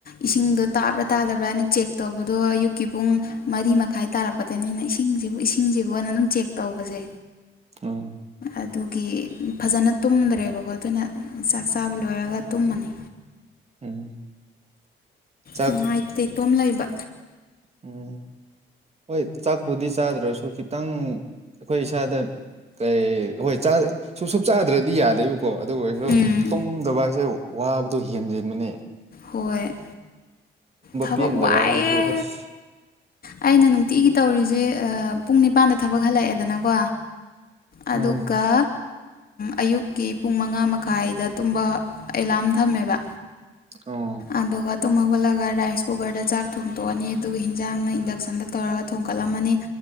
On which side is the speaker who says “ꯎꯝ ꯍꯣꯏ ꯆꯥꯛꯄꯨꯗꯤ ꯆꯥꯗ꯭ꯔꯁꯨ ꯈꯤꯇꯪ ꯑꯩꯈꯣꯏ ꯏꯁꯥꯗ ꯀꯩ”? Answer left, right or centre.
Right